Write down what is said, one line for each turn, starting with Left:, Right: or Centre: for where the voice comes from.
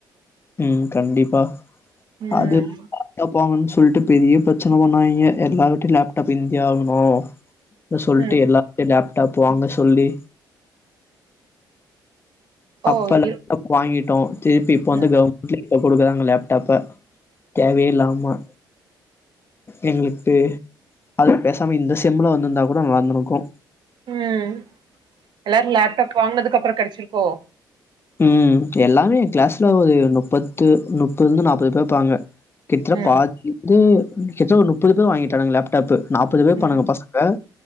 Left: ம் கண்டிப்பா
Right: ம்
Left: அது போங்கன்னு சொல்ட்டு பெரிய பிரச்சன பண்ணாய்ங்க எல்லாருட்டயு லேப்டாப் இருந்தே ஆகணு அது சொல்ட்டு
Right: ம்
Left: எல்லாத்தையு லேப்டாப் வாங்க சொல்லி
Right: ஓ
Left: அப்ப லேப்டாப்
Right: இரு
Left: வாங்கிட்டோ திருப்பி இப்ப வந்து
Right: ம்
Left: கவுர்மெண்ட்ல இப்போ குடுக்குறாங்க லேப்டாப்ப தேவயே இல்லாம எங்களுக்கு அதுக்கு பேசாம இந்த செம்ல வந்துருந்தா கூட நல்லாருந்துருக்கு
Right: ம் எல்லாரு லேப்டாப் வாங்கனதுக்கு அப்புற கெடைச்சிருக்கோ
Left: ம் எல்லாமே ஏ கிளாஸ்ல ஒரு முப்பத்து முப்பதுல இருந்து நாப்பது பேர் இப்பாங்க கிற்ற
Right: ம்
Left: பாதிவந்து கிற்ற ஒரு முப்பது பேர் வாங்கிட்டானுங்க லேப் டாப்பு நாப்பது பேர் இருப்பாணுங்க
Right: ம்
Left: பசங்க